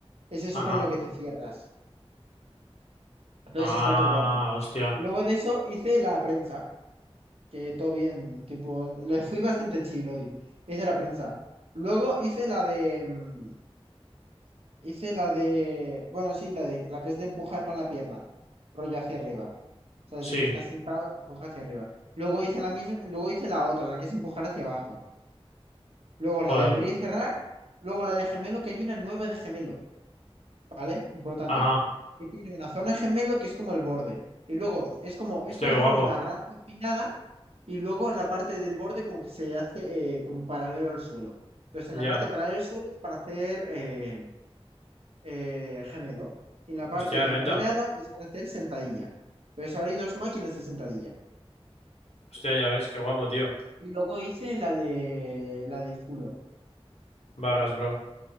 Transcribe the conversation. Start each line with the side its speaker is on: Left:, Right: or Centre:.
Right: es eso
Left: Ajá.
Right: con lo que te cierras. Entonces
Left: Ah,
Right: está todo guapa.
Left: hostia.
Right: Luego de eso hice la prensa. que todo bien, tipo, le fui bastante chill hoy. Hice la prensa. Luego hice la de, mm, hice la de, bueno, sí, la de, la que es de empujar con la pierna, rollo hacia arriba. O sea, desde
Left: Sí.
Right: que estás sentado, empuja hacia arriba. Luego hice la misma, luego hice la otra, la que es empujar hacia abajo. Luego la
Left: Joder.
Right: de abrir y cerrar. Luego la de gemelo, que hay una nueva de gemelo, ¿vale? Importante.
Left: Ajá.
Right: Que tiene una zona de gemelo que es como el borde. Y luego es como, es
Left: Hostia,
Right: como
Left: qué
Right: si
Left: guapo.
Right: fuera una rampa empinada y luego en la parte del borde como que se hace eh, como paralelo al suelo. Entonces en
Left: Ya.
Right: la parte paralela al suelo es para hacer eh, eh, gemelo y en la parte
Left: Hostia,
Right: empinada
Left: renta.
Right: es para hacer sentadilla. Entonces ahora hay dos máquinas de sentadilla.
Left: Hostia, ya ves, qué guapo, tío.
Right: Y luego hice la de la del culo.
Left: Barras, bro.